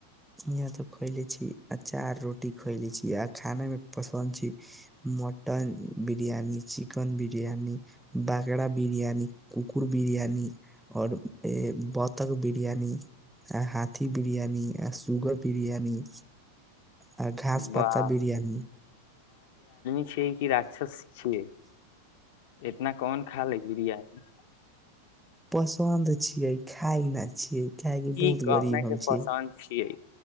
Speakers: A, in the centre; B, on the left.
A: यहाँ तो खोएले छी अचार रोटी खोएले छी आ खाने मे पसन्द छी मटन बिरियानी चिकेन बिरियानी बकरा बिरियानी कुकुर बिरयानी आओर ए बतक बिरियानी हहाथी बिरियानी जुगर बिरियानी आ घास पाता
B: बाप
A: बिरियानी
B: से कि राक्षस छी ए इतना कौन खा ले बिरयानी
A: पसन्द छीयय खाइ नए छीय काहेकि बहुत
B: ई कहने
A: गरीब
B: के
A: हम छी
B: पसन्द छियै